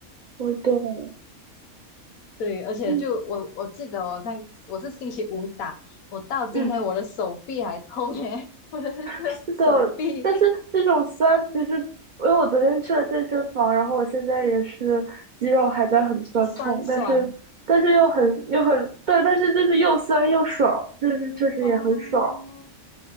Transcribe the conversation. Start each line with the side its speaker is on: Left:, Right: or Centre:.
Right: 我懂。
Left: 对，而且就我我记得我上我是星期五打，
Right: 嗯
Left: 我到今天我的手臂还痛耶，
Right: 嗯，
Left: <laughs> 我的那个手臂
Right: 是的，但是这种酸，其实因为我昨天去了健身房，然后我现在也是肌肉还在很酸痛，
Left: 酸爽
Right: 但是但是又很又很对，但是就是又酸又爽，就是确实也很爽。
Left: 哦。